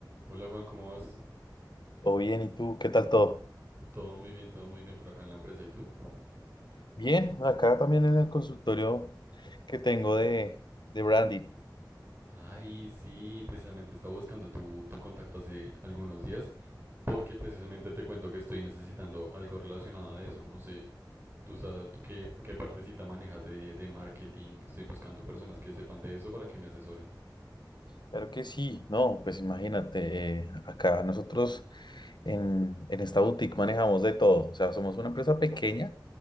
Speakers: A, on the right (about 30°); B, on the left (about 70°).
A: Hola Juan, ¿cómo vas?
B: Todo bien, ¿y tú? ¿Qué tal todo?
A: Todo muy bien, todo muy bien por acá en la empresa. ¿Y tú?
B: Bien, acá también en el consultorio que tengo de, de branding.
A: Ay, sí, precisamente estaba buscando tu, tu contacto hace algunos días porque precisamente te cuento que estoy necesitando algo relacionado a eso. No sé, tú, sa- tú qué, qué partecita manejas de, de marketing. Estoy buscando personas que sepan de eso para que me asesoren.
B: Claro que sí, no, pues imagínate, eh, acá nosotros en, en esta boutique manejamos de todo. O sea, somos una empresa pequeña,